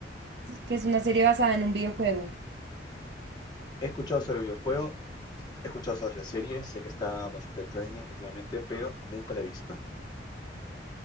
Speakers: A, on the right; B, on the left.
A: que es una serie basada en un videojuego.
B: He escuchado sobre el videojuego, he escuchado sobre la serie, sé que está bastante trending últimamente, pero nunca la he visto.